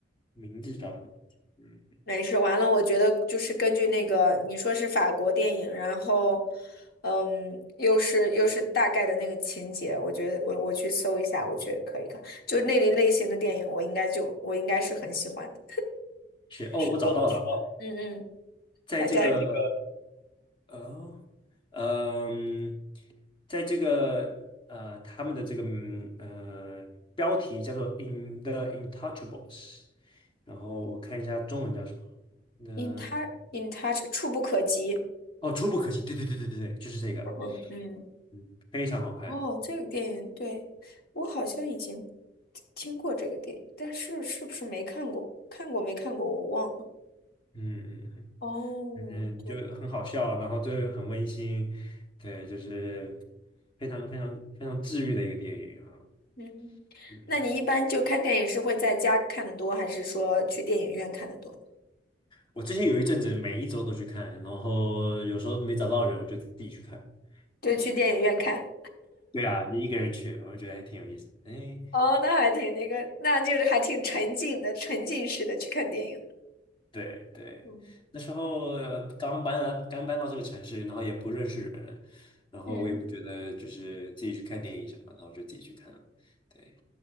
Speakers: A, on the left; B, on the left.
A: 名字叫什么。嗯，
B: 没事，完了，我觉得就是根据那个你说是法国电影，然后，嗯，又是又是大概的那个情节，我觉得我我去搜一下，我觉得可以看，就是那类类型的电影，我应该就我应该是很喜欢的。
A: 是哦，
B: 是哦，
A: 我找到了，
B: 我找到了嗯嗯，
A: 在这个
B: 它叫在这个
A: 呃。哦嗯，在这个呃，他们的这个嗯呃标题叫做《In the Intouchables》，然后我看一下中文叫什么。那、
B: 《In Touch In Touch》，触不可及。
A: 哦，《触不可及》，对对对对对对，就是这个，
B: 嗯嗯，
A: 嗯，非常好看，
B: 哦，这个电影，对，我好像以前听过这个电影，但是是不是没看过？看过没看过？我忘了。
A: 嗯嗯
B: 哦，
A: 嗯，嗯，
B: 对。
A: 嗯就很好笑，然后最后很温馨，对，就是非常非常非常治愈的一个电影啊，
B: 嗯，
A: 嗯。
B: 那你一般就看电影是会在家看的多，还是说去电影院看的多？
A: 我之前有一阵子每一周都去看，然后有时候没找到人，我就自己去看。
B: 就去电影院看。
A: 对对啊，你一个人去，我觉得还挺有意思。哎，
B: 哦，那还挺那个，那就是还挺沉浸的，沉浸式的去看电影。
A: 对对，
B: 嗯，
A: 那时候呃刚搬来，刚搬到这个城市，然后也不认识人，然后我也不觉得就是自己去看电影什么，
B: 嗯，
A: 然后就自己去看了。对，